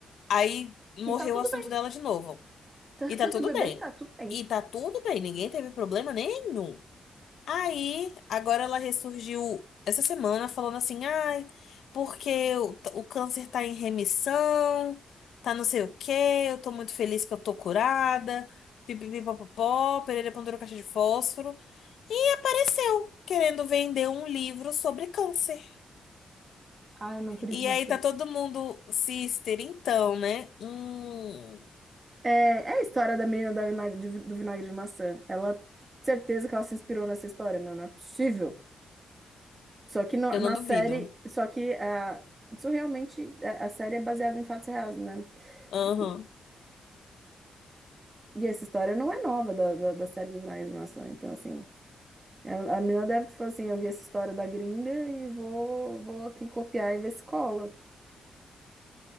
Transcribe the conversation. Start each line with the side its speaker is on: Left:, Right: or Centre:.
Left: Aí morreu
Right: e tá tudo
Left: o assunto
Right: bem.
Left: dela de novo.
Right: Então,
Left: E
Right: <laughs> teve
Left: tá tudo
Right: o bebê
Left: bem.
Right: e tá tudo bem.
Left: E tá tudo bem, ninguém teve problema nenhum. Aí, agora ela ressurgiu essa semana falando assim: ai, porque o, o câncer tá em remissão, tá não sei o quê, eu tô muito feliz que eu tô curada. Pipipipopopó, Pereira pendurou caixa de fósforo e apareceu querendo vender um livro sobre câncer.
Right: Ai, não acredito.
Left: E aí tá todo mundo, sister, então, né? Hum.
Right: É, é a história da menina da vinagre- de- do vinagre de maçã. Ela, certeza que ela se inspirou nessa história, meu, não é possível. Só que no-
Left: Eu
Right: na
Left: não duvido.
Right: série, só que a, isso realmente, a, a série é baseada em fatos reais, né?
Left: Aham.
Right: E, e essa história não é nova da, da, da série do Vinagre de Maçã. Então, assim, a, a menina deve falar assim, eu vi essa história da gringa e vou, vou aqui copiar e ver se cola.